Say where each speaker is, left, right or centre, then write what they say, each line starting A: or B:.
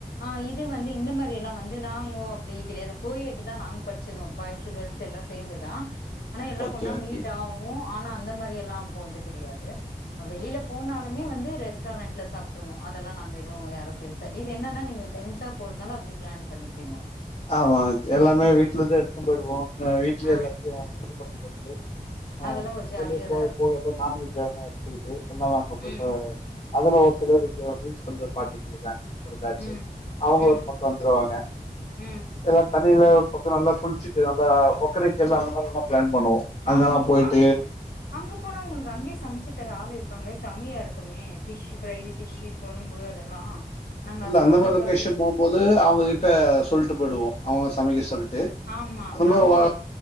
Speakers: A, on the left; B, on the left.
A: ஆஹ் இது வந்து இந்த மாதிரி எல்லாம் வந்து நாங்க அப்படி கிடையாது கோய எடு தா நாங்க படிச்சதோம் பாய்ஸ்சு கேர்ள்ஸ் எல்லாம் சேர்ந்துதான் ஆனா எல்லாம்
B: ஓகே
A: ஒன்னா
B: ஓகே
A: மீட் ஆகும் ஆனா அந்த மாதிரி எல்லாம் போன்து கிடையாது வெளியில போனாலுமே வந்து ரெஸ்டாரண்ட்ல சாப்பிடுருவோம் அதெல்லாம் நாங்க எதும் க்கும் யாரோ பெருசா இது என்னன்னா நீங்க ஜென்ஸா போறதுனாலும் அப்படி பிளான் பண்ணிப்பீங்கோ
B: ஆமா
A: இல்லைங்களையா
B: எல்லாமே வீட்டுலதா எடுத்து போய்டுவோம் வீடலயே
A: ஆ
B: எல்லாத்தையும் வாங்கி ஆஹ்
A: அதெல்லா ஒரு ஜாலியாதா
B: வெளிய போக
A: இருக்கு
B: போக எதாது நான்வெஜ் வேன எடுத்துக்கிட்டு என்ன வாங்க போயிட்டு
A: ம்
B: அதல்ல ஒரு சிலர் கொஞ்சம் டீச் பாட்டிக்கிறதுக்காங்க ஒரு பேட்ச்சு
A: ம்
B: அவங்க
A: ம்
B: ஒரு பக்கம் வந்துருவாங்க
A: ம்
B: எல்லாம் தண்ணில பக்கம் நல்லா குளிச்சுட்டு நல்லா ஓக்கணைகள் எல்லா அந்த மாதிரி எல்லாம் பிளான் பண்ணுவோம் அங்கெல்லாம்
A: ஆமாங்க
B: போயிட்டு
A: அங்க போனா உங்களுக்கு அங்கயே சமச்சு ஒருத்தர் ஆள் இருக்பாங்ளே செமையா இருக்குமே ஃபிஷ் ஃப்ரை ஃபிஷ் கொழும்பு அதெல்லா நாங்க
B: இல்ல
A: அது சாப்புட்றதுக்காகவே
B: அந்த மாரி லொகேஷன் போம்போது அவங்ககிட்ட சொல்ட்டு போய்டுவோ அவுங்க சமைக்க சொல்லி ட்டு
A: ஆமா
B: அந்த
A: நாங்களு
B: வா